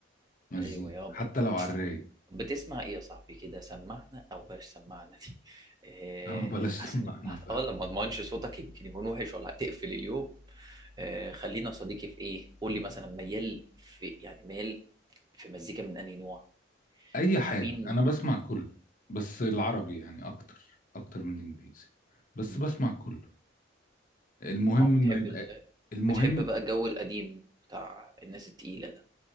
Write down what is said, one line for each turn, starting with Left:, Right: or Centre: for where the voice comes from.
Left: مزيكا
Right: ايوه يابا
Left: حتى لو على الرايق
Right: بتسمع ايه يا صاحبي كده سمعنا او بلاش سمعنا دي <laughs> آه،
Left: <laughs> اه بلاش سماعنا
Right: احسن
Left: فعلا
Right: اه لما اضمنش صوتك يمكن يكون وحش ولا هتقفل اليوم آه، خلينا يا صديقي في ايه قول لي مثلا ميال في إيه؟ يعني ميال في مزيكا من انهي نوع
Left: اي حاجة
Right: مين
Left: انا بسمع كله بس العربي يعني اكتر اكتر من الانجليزي بس
Right: مم.
Left: بسمع كله المهم
Right: طبعا
Left: ما
Right: بتحب
Left: يبقى
Right: ال...
Left: المهم
Right: بتحب بقى الجو القديم بتاع الناس التقيلة ده